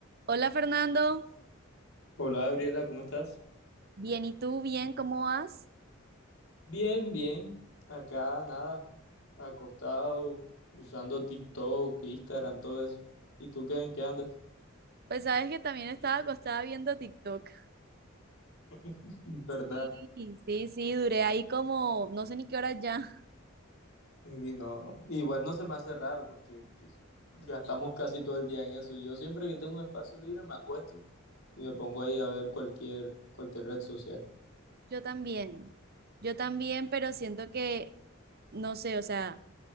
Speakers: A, on the right; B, on the left.
A: Hola Fernando,
B: Hola Gabriela, ¿cómo estás?
A: bien, ¿y tú? Bien, ¿cómo vas?
B: Bien, bien. Acá nada, acostado, usando TikTok, Instagram, todo eso. ¿Y tú qué en qué andas?
A: Pues sabes que también estaba acostada viendo TikTok.
B: <laughs> ¿Verdad?
A: Sí, sí, sí, duré ahí como, no sé ni qué hora ya. <laughs>
B: Y no, no. Igual no se me hace raro porque pues, gastamos casi todo el día en eso. Yo siempre que tengo un espacio libre me acuesto y me pongo ahí a ver cualquier, cualquier red social.
A: Yo también, yo también, pero siento que, no sé, o sea,